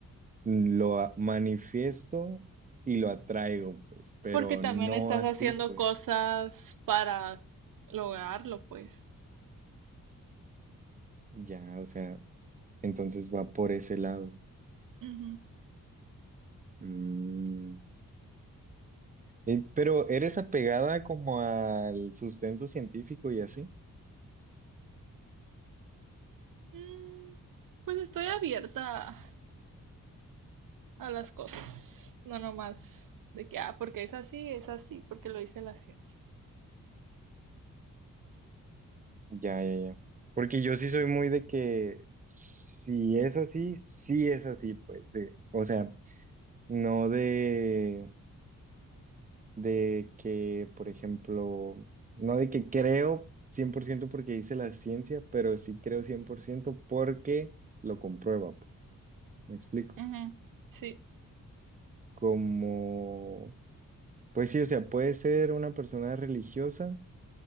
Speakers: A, on the right; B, on the right.
A: lo a- manifiesto y lo atraigo, pues, pero
B: Porque también
A: no
B: estás
A: así,
B: haciendo
A: pues,
B: cosas para lograrlo, pues.
A: ya, o sea, entonces va por ese lado.
B: Ujú.
A: Mm. Eh, pero eres apegada como al sustento científico y así.
B: Mm, Pues estoy abierta a las cosas. No nomás de que, ah, porque es así, es así, porque lo dice la ciencia.
A: Ya, ya, ya. Porque yo sí soy muy de que si es así, sí es así, pues. de- O sea, no de, de que, por ejemplo, no de que creo 100% porque dice la ciencia, pero sí creo 100% porque lo comprueba, pues. Me explico.
B: Ujú. Sí.
A: Como, pues sí, o sea, puede ser una persona religiosa